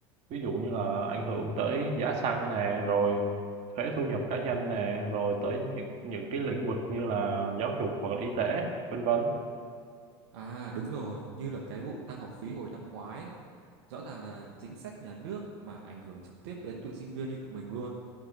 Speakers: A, on the right; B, on the right.
A: ví dụ như là ảnh hưởng tới giá xăng nè rồi thuế thu nhập cá nhân nè rồi tới những những cái lĩnh vực như là giáo dục hoặc là y tế vân vân
B: À đúng rồi, như là cái vụ tăng học phí hồi năm ngoái, rõ ràng là chính sách nhà nước mà ảnh hưởng trực tiếp đến tụi sinh viên như tụi mình luôn.